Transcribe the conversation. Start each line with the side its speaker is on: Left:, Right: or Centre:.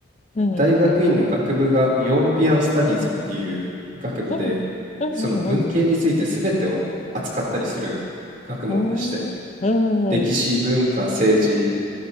Left: う。うん。
Right: 大学院の学部がヨーロピアン・スタディーズっていう学部で、
Left: うん。うんうんう
Right: その文系について全てを扱ったりする学問でして、
Left: ん。うーん。う
Right: 歴史、
Left: ん。う
Right: 文化、政治、